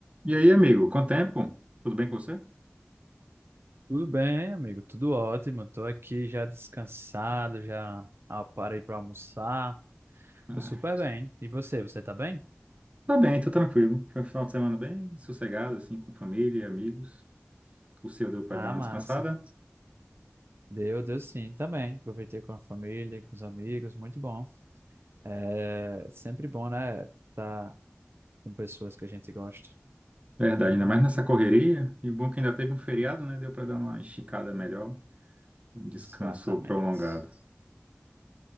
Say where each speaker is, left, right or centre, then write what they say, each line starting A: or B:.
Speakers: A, on the right (about 30°); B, on the right (about 70°).
A: E aí, amigo, quanto tempo? Tudo bem com você?
B: Tudo bem, amigo? Tudo ótimo. estou aqui já descansado, já ah, parei para almoçar.
A: Ah,
B: Tô super bem. E você, você tá bem?
A: tá <laughs> bem, tô tranquilo. Foi um final de semana bem sossegado, assim, com família e amigos. O seu deu pra
B: Ah,
A: dar uma
B: massa.
A: descansada?
B: Deu, deu sim, tá bem. Aproveitei com a família, com os amigos, muito bom. É sempre bom, né? Tá com pessoas que a gente gosta.
A: Verdade, ainda mais nessa correria. E bom é que ainda teve um feriado, né? Deu pra dar uma esticada melhor, um descanso
B: Exatamente.
A: prolongado.